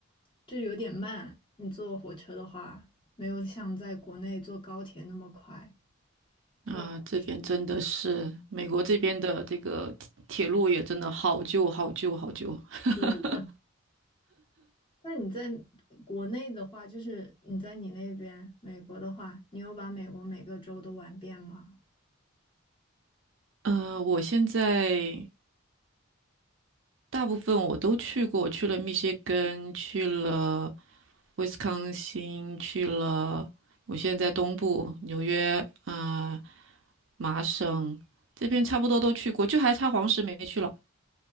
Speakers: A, on the left; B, on the right.
A: 就有点慢。你坐火车的话，没有像在国内坐高铁那么快。这
B: 啊，
A: <laughs>
B: 这点真的是美国这边的这个铁铁路也真的好旧、好旧、好旧。<laughs>
A: 对了。<laughs> 那你在国内的话，就是你在你那边美国的话，你有把美国每个州都玩遍吗？
B: 呃，我现在大部分我都去过，去了密歇根，去了威斯康星，去了我现在在东部纽约，呃，麻省这边差不多都去过，就还差黄石没去了。